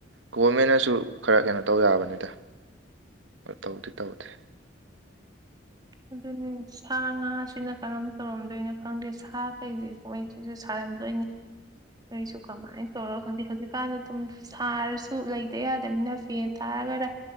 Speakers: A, on the right; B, on the right.
A: ꯒꯣꯚꯃꯦꯟꯅꯁꯨ ꯈꯔ ꯀꯩꯅꯣ ꯇꯧ ꯌꯥꯕꯅꯤꯗ ꯑ ꯇꯧꯗꯤ ꯇꯧꯗꯦ
B: ꯑꯗꯨꯅꯤ ꯁꯥ ꯉꯥꯁꯤꯅ ꯀꯔꯝ ꯇꯧꯔꯝꯗꯣꯏꯅꯣ ꯈꯪꯗꯦ ꯁꯥꯈꯩꯁꯤ ꯁꯩꯁꯤꯁꯨ ꯁꯥ ꯗꯅꯤ ꯑꯩꯁꯨ ꯀꯃꯥꯏꯅ ꯇꯧꯔꯣ ꯈꯪꯗꯦ ꯍꯧꯖꯤꯛꯀꯥꯟꯗ ꯑꯗꯨꯝ ꯁꯥꯔꯁꯨ ꯂꯩꯇ ꯌꯥꯗꯅꯤꯅ ꯐꯦꯟ ꯊꯥꯔ ꯊꯥꯔꯒꯔ